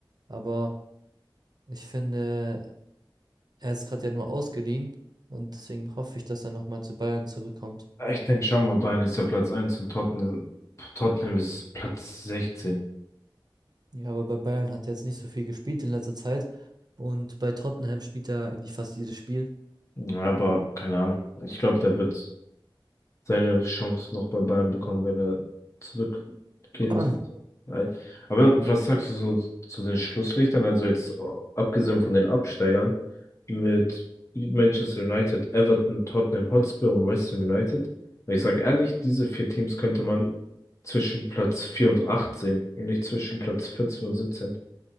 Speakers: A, on the right (about 50°); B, on the left (about 35°).
A: Aber ich finde, er ist gerade ja nur ausgeliehen. Und deswegen hoffe ich, dass er nochmal zu Bayern zurückkommt.
B: Ich denke schon, mal Bayern ist ja Platz eins und Tottenham, Tottenham ist Platz 16.
A: Ja, aber bei Bayern hat er jetzt nicht so viel gespielt in letzter Zeit. Und bei Tottenham spielt er eigentlich fast jedes Spiel.
B: Ja, Aber keine Ahnung. Ich glaube, der wird seine Chance noch bei Bayern bekommen, wenn er zurückgehen
A: <clears throat>
B: sollte. Weil- Aber was sagst du so zu den Schlusslichtern? Also jetzt äh, abgesehen von den Absteigern mit Manchester United, Everton, Tottenham Hotspur und West Ham United. Weil Ich sage ehrlich, diese vier Teams könnte man zwischen Platz 4 und 8 sehen und nicht zwischen Platz 14 und 17.